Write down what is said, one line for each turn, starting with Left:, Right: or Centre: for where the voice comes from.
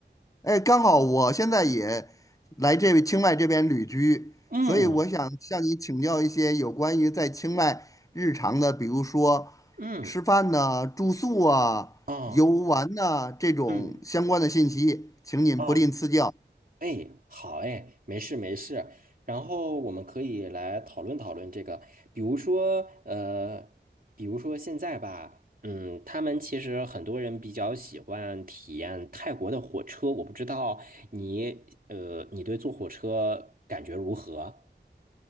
Left: 哎，刚好我现在也来这清迈这边旅居，
Right: 嗯
Left: 所以我想向你请教一些有关于在清迈日常的，比如说吃饭呐、
Right: 嗯，
Left: 住宿啊、
Right: 哦，
Left: 游玩呐、这种相关的信息，
Right: 嗯
Left: 请您不吝赐教。
Right: 哦，哎，好，哎，没事没事。然后我们可以来讨论讨论这个，比如说，呃，比如说现在吧，嗯，他们其实很多人比较喜欢体验泰国的火车，我不知道你，呃，你对坐火车感觉如何？